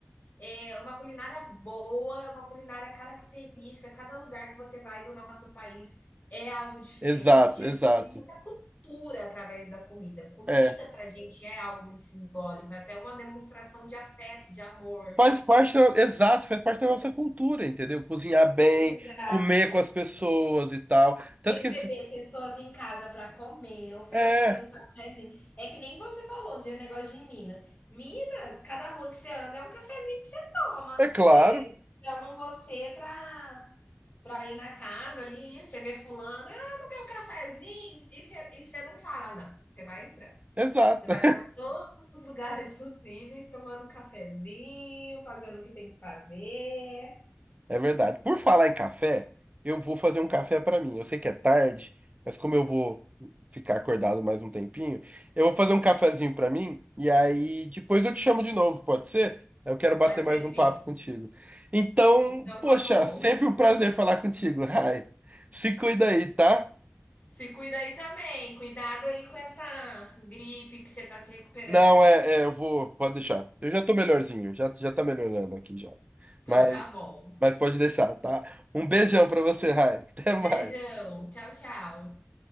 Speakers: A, on the left; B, on the right.
A: é uma culinária boa, uma culinária característica. Cada lugar que você vai do nosso país é algo diferente.
B: Exato,
A: A
B: exato.
A: gente tem muita cultura através da comida. Comida
B: É.
A: para a gente é algo muito simbólico, é até uma demonstração de afeto, de amor.
B: Faz parte, da- exato, faz parte da nossa cultura, entendeu? Cozinhar bem,
A: Exato.
B: comer com as pessoas e tal. Tanto
A: receber
B: que esse,
A: pessoas em casa para comer, oferecer
B: é,
A: um cafezinho. É que nem você falou de um negócio de Minas. Minas, cada rua que você anda é um cafezinho que você toma.
B: é claro,
A: E aí eles chamam você para para ir na casa ali, você vê fulano, ah, não quer um cafezinho? E você, e você não fala, "Ah, não. Você vai entrando.
B: exato.
A: Você vai para todos os lugares possíveis, tomando um cafezinho, fazendo o que tem que fazer.
B: É verdade. Por falar em café, eu vou fazer um café pra mim. Eu sei que é tarde, mas como eu vou ficar acordado mais um tempinho, eu vou fazer um cafezinho pra mim e aí depois eu te chamo de novo, pode ser? Eu quero bater
A: Pode
B: mais
A: ser sim.
B: um papo contigo. Então,
A: Então
B: poxa,
A: tá bom.
B: sempre um prazer falar contigo. Rai, se cuida aí, tá?
A: Se cuida aí também. Cuidado aí com essa gripe que você tá se recuperando.
B: Não, é, é, eu vou, pode deixar. Eu já tô melhorzinho, já, já tá melhorando aqui já.
A: Então
B: Mas,
A: tá bom.
B: mas pode deixar, tá? Um beijão pra você, Rai. <laughs> Até
A: Beijão.
B: mais.
A: Tchau, tchau.